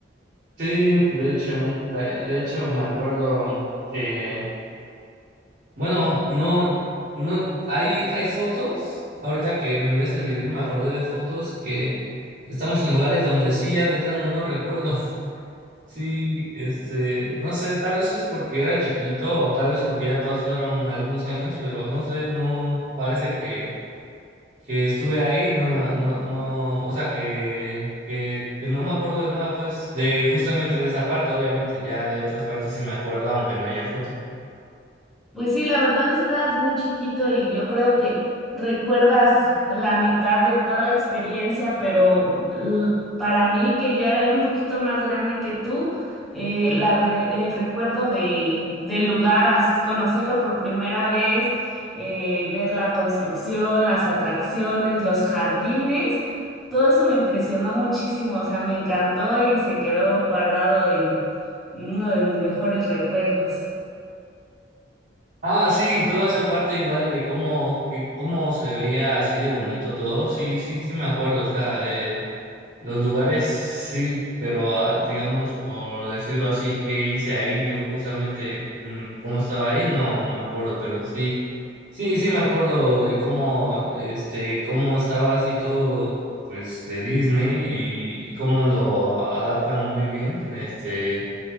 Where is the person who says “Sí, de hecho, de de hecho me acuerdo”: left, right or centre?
Right